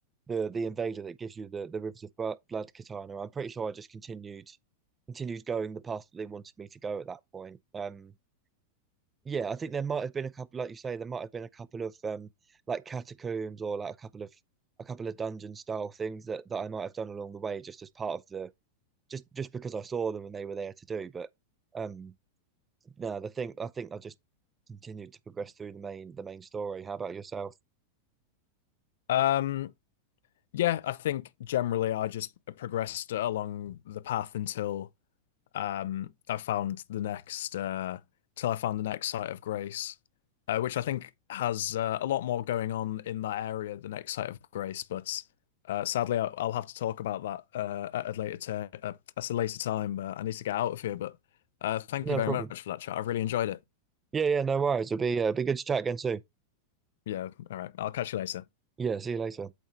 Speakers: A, on the right; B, on the left.
A: the the invader that gives you the the Rivers of Blo- Blood katana. I'm pretty sure I just continued continued going the path that they wanted me to go at that point. Um, yeah, I think there might have been a couple, like you say, there might have been a couple of um like catacombs or like a couple of a couple of dungeon style things that that I might have done along the way just as part of the just just because I saw them and they were there to do. But um no, the thing I think I just continued to progress through the main the main story. How about yourself?
B: Um, yeah, I think generally I just progressed along the path until um, I found the next uh, till I found the next site of grace, uh, which I think has uh, a lot more going on in that area. The next site of grace, but uh, sadly, I, I'll have to talk about that uh, at a later t- uh, at a later time. Uh, I need to get out of here, but uh, thank
A: No
B: you very
A: problem.
B: much for that chat. I've really enjoyed it.
A: Yeah, yeah, no worries. It'll be uh, be good to chat again too.
B: Yeah, all right. I'll catch you later.
A: Yeah, see you later.